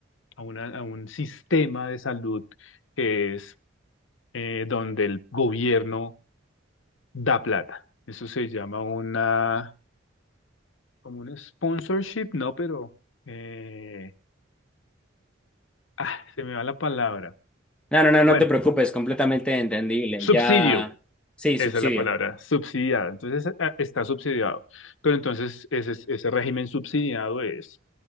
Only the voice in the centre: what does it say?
No, no, no, no
te preocupes, completamente entendible.
Ya, sí,
subsidio.